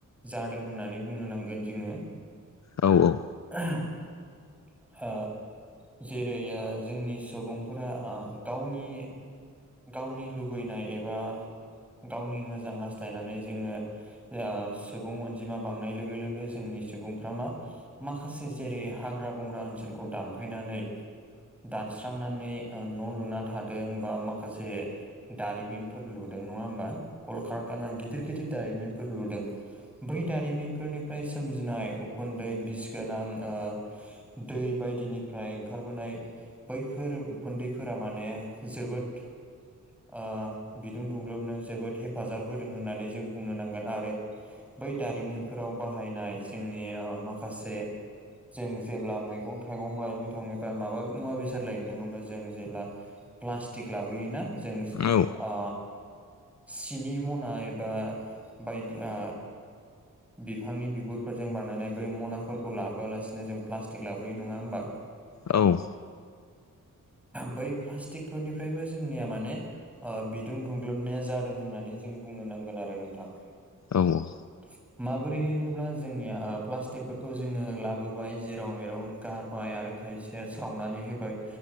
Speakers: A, in the centre; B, on the left (about 55°).
A: जादों होननानै बुंनो नांगोन जोङो
B: औ औ
A: <inaudible> हा जेरै जोंनि सुबुंफोरा ओ गावनि गावनि लुबैनाय एबा गावनि मोजां हास्थायनानै जोङो ओआ सुबुं अनजिमा बांनाय लोगो लोगो जोंनि सुबुंफ्रा मा माखासे जेरै हाग्रा बंग्रा ओनसोलखौ दानफायनानै दानस्रांनानै ओ न' लुना थादों बा माखासे दारिमिनफोर लुदों नङा होमबा कलकारताना गिदिर गिदिर दारिमिनफोर लुदों बै दारिमिनफोरनिफ्राय सोमजिनाय उखुन्दै बिस गोनां ओ दै बायदिनिफ्राय ओंखारबोनाय बैफोर उखुन्दैफोरा माने जोबोद बि आ गुदुं दुंग्लोबनायाव जोबोद हेफाजाब होदों होननानै जों बुंनो नांगोन आरो बै दारिमिनफोराव बाहायनाय जोंनि आ माखासे जों जेब्ला मैगं थाइगं लायनो थाङोबा माबा मुवा बेसाद लायनो थाङोबा जों जेब्ला प्लास्टिक लाबोयोना जों
B: औ ओं
A: आ सिनि मना एबा बायदि आ बिफांनि बिगुरफोरजों बानायनाय बै मनाफोरखौ लाबोआलासिनो जों प्लास्टिक लाबोयो नङा होमबा
B: औ
A: बै प्लास्टिकफोरनिफ्रायबो जोंनिया माने ओ बिदुं दुं ग्लोबनाया जादों होननानै जों बुंनो नांगोन आरो नोंथां
B: औ औ
A: <inaudible> माबोरै होनोब्ला जोंनिया प्लास्टिकफोरखौ जोङो लाबोबाय जेराव मेराव गारबाय आरो खायसेया सावनानै होबाय